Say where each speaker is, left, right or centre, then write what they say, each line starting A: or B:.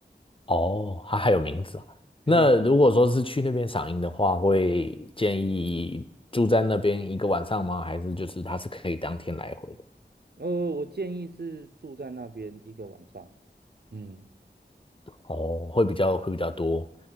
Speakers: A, on the left; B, on the right.
A: 哦，它还有名字啊。
B: 嘿，
A: 那如果说是去那边赏樱的话，会建议住在那边一个晚上吗？还是就是它是可以当天来回的？
B: 呃，我建议是住在那边一个晚上。嗯
A: 哦，会比较会比较多